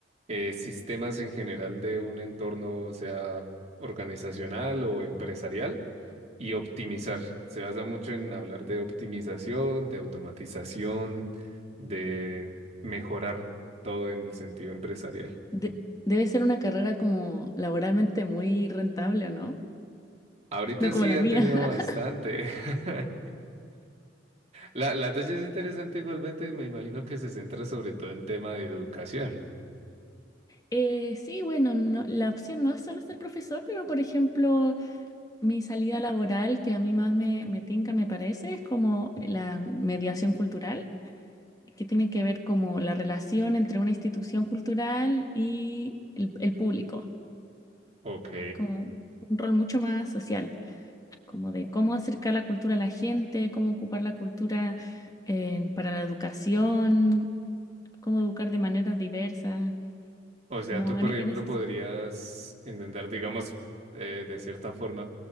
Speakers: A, on the right; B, on the left.
A: eh, sistemas en general de un entorno, sea organizacional o empresarial, y optimizar. Se basa mucho en hablar de optimización, de automatización, de mejorar todo en el sentido empresarial.
B: De- debe ser una carrera como laboralmente muy rentable, ¿o no?
A: Ahorita
B: No como
A: sí
B: la
A: ha
B: mía.
A: tenido
B: <laughs>
A: bastante. <laughs> La, la tuya es interesante igualmente y me imagino que se centra sobre todo en tema de educación.
B: Eh, sí, bueno, no- la opción no es solo ser profesor, pero por ejemplo... Mi salida laboral que a mí más me, me tinca, me parece, es como la mediación cultural, que tiene que ver como la relación entre una institución cultural y el, el público,
A: Ok.
B: como un rol mucho más social, como de cómo acercar la cultura a la gente, cómo ocupar la cultura eh, para la educación, cómo educar de maneras diversas,
A: O sea,
B: como
A: tú, por
B: en,
A: ejemplo,
B: en ese
A: podrías intentar, digamos, eh, de cierta forma,